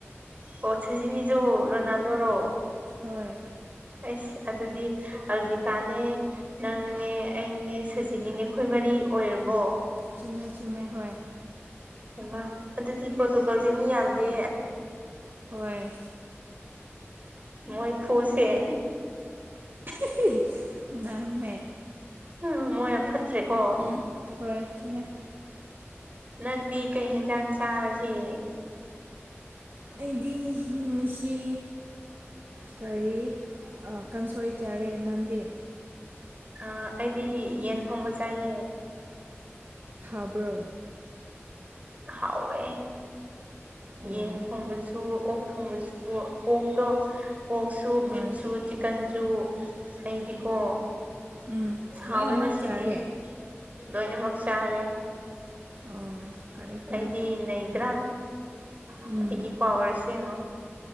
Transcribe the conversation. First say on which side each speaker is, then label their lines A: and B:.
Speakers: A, on the right (about 35°); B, on the right (about 50°).
A: ꯑꯣ ꯁꯖꯤꯅꯤꯁꯨ ꯔꯣꯅꯥꯜꯗꯣ
B: ꯍꯣꯏ
A: ꯔꯣ
B: ꯍꯣꯏ
A: ꯑꯩꯁ ꯑꯗꯨꯗꯤ ꯍꯧꯖꯤꯛ ꯀꯥꯅꯦ ꯅꯪꯅꯦ ꯑꯩꯅꯦ ꯁꯖꯤꯅꯤꯅꯦ ꯑꯩꯈꯣꯏ ꯃꯔꯤ ꯑꯣꯏꯔꯕꯣ
B: ꯆꯨꯝꯃꯦ ꯆꯨꯝꯃꯦ ꯍꯣꯏ
A: ꯃ ꯑꯗꯨꯗꯤ ꯄꯣꯔꯇꯨꯒꯜꯁꯦ ꯃꯤ ꯌꯥꯝꯗꯦ
B: ꯍꯣꯏ
A: ꯃꯣꯏ ꯈꯨꯁꯤ ꯍꯦ
B: ꯍꯍꯤ ꯅꯥꯪꯅꯦ
A: ꯎꯝ ꯃꯣꯏ ꯌꯥꯝ ꯐꯠꯇ꯭ꯔꯦꯀꯣ
B: ꯎꯍꯨꯝ ꯍꯣꯏ ꯆꯨꯝꯃꯦ
A: ꯅꯪꯗꯤ ꯀꯩ ꯌꯦꯟꯖꯥꯡ ꯆꯥꯔꯒꯦ
B: ꯑꯩꯗꯤ ꯉꯁꯤ ꯀꯔꯤ ꯑ ꯀꯥꯡꯁꯣꯏ ꯆꯔꯦ ꯅꯪꯗꯤ
A: ꯑ ꯑꯩꯗꯤ ꯌꯦꯟ ꯊꯣꯡꯕ ꯆꯥꯏꯌꯦ
B: ꯊꯥꯕ꯭ꯔ
A: ꯍꯥꯎꯋꯦ
B: ꯑꯣ
A: ꯌꯦꯟ ꯊꯣꯡꯕꯁꯨ ꯑꯣꯛ ꯊꯣꯡꯕꯁꯨ ꯄꯣꯔꯀꯇꯣ ꯄꯣꯛꯁꯨ
B: ꯍꯣꯏ
A: ꯒꯤꯞꯁꯨꯨ ꯆꯤꯀꯟꯖꯨ ꯑꯩꯗꯤꯀꯣ
B: ꯎꯝ
A: ꯁꯥꯎꯔꯦ
B: ꯂꯣꯏꯅꯃꯛ
A: ꯉꯁꯤꯗꯤ
B: ꯆꯥꯔꯦ
A: ꯂꯣꯏꯅꯃꯛ ꯆꯥꯔꯦ
B: ꯑꯣ ꯐꯔꯦ ꯐꯔꯦ
A: ꯑꯩꯗꯤ ꯅꯗ꯭ꯔꯥ
B: ꯎꯝ
A: ꯑꯩꯒꯤ ꯄꯋꯥꯔ ꯁꯡꯉꯣ